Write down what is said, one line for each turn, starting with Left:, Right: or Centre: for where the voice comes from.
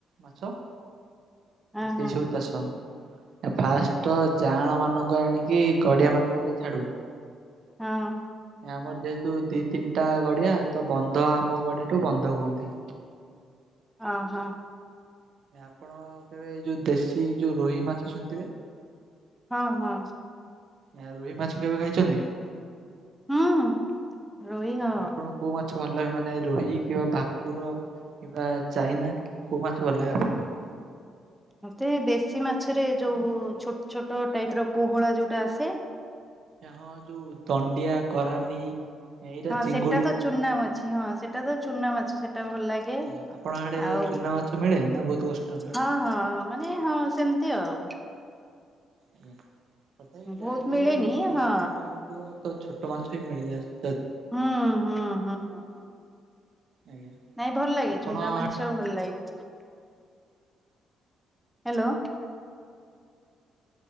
Right: ମାଛ
Centre: ହଁ
Right: ସେଇ
Centre: ହଁ
Right: ସବୁ ଚାଷ ଫାଷ୍ଟ ଯାଆଁଳ ମାନଙ୍କୁ ଆଣିକି ଗଡିଆ ମାନଙ୍କରେ ଛାଡ଼ୁ
Centre: ହଁ।
Right: ଆମର ଯେହେତୁ ଦି ତିନିଟା ଗଡିଆ ତ ବନ୍ଧ ଆମ ଗଡିଆଠୁ ବନ୍ଧ କୁହନ୍ତି।
Centre: ଅହ!
Right: ଆପଣ କେବେ ଯୋଉ ଦେଶୀ ଯୋଉ ରୋହି ମାଛ ଶୁଣିଥିବେ?
Centre: ହଁ ହଁ।
Right: ଏ ରୋହି ମାଛ କେବେ ଖାଇଛନ୍ତି?
Centre: ହୁଁ। ରୋହି ହଁ
Right: ଆପଣଙ୍କୁ କୋଉ ମାଛ ଭଲ ଲାଗେ ମାନେ ରୋହି କିବା ଭାକୁର? କିିବା ଚାଇନା କୋଉ ମାଛ ଭଲ ଲାଗେ ଆପଣଙ୍କୁ?
Centre: ମତେ ଦେଶୀ ମାଛରେ ଯୋଉ ଛୋଟ୍ ଛୋଟ ଟାଇପ୍ ର ପୋହଳା ଯୋଉଟା ଆସେ
Right: ଏ ହଁ ଯୋଉ ଦଣ୍ଡିଆ, କରାଣ୍ଡି ଏଇଟା
Centre: ହଁ
Right: ଚିଙ୍ଗୁଡି
Centre: ସେଟା ତ ଚୁନା ମାଛି ହଁ ସେଟା ତ ଚୁନା ମାଛ ସେଟା ଭଲ ଲାଗେ।
Right: ଆଜ୍ଞା ଆପଣ ଆଡେ
Centre: ଆଉ
Right: ଚୁନା ମାଛ ମିଳେ ନା ବହୁତ କଷ୍ଟରେ ମିଳେ?
Centre: ହଁ ହଁ ମାନେ ହଁ ସେମିତି ଆଉ।
Right: ଆଜ୍ଞା ତଥାପି
Centre: ବହୁତ
Right: ଯାହାହେଲେ
Centre: ମିଳେନି
Right: ବି ନଈ
Centre: ହଁ
Right: ଆପଣଙ୍କ ଆଡେ ଥିବ ତ ଛୋଟ ମାଛ ବି ମିଳିଯାଏ।
Centre: ହଁ ହଁ ହଁ ହଁ।
Right: ଆଜ୍ଞା
Centre: ନାଇଁ ଭଲ ଲାଗେ
Right: ଆପଣ
Centre: ଚୁନା ମାଛ ଭଲ ଲାଗେ। ହ୍ୟାଲୋ।